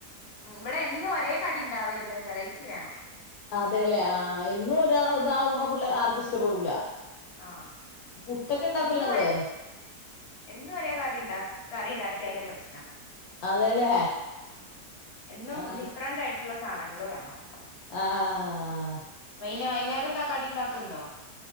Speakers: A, on the left (about 50°); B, on the left (about 70°).
A: ഉം ഇവിടെ എന്നും ഒരേ കടി ഇണ്ടാവരുത് വെറൈറ്റി വേണം
B: അതേല്ലെ ആഹ് എന്നും ഇതാ ഇതാവുമ്പ പിള്ളേ ആർക്കും ഇഷ്ട്ടപെടൂല
A: ആഹ്
B: പുട്ടൊക്കെ ഇണ്ടാക്കൂല്ലേ
A: എന്നും
B: നിങ്ങള്
A: ഒരേ എന്നും ഒരേ കറി ഇണ്ടാക്ക് കറി ഇണ്ടാക്കിയാലും പ്രശ്നാ
B: അതെല്ലേ
A: ആഹ് എന്നും
B: ആ
A: ഡിഫറന്റ് ആയിട്ടുള്ള സാധനങ്ങള് വേണം
B: ആഹ് ആഹ് ആഹ്
A: വൈന വൈകുന്നരം എന്താ കടി ഇണ്ടാക്കലിണ്ടോ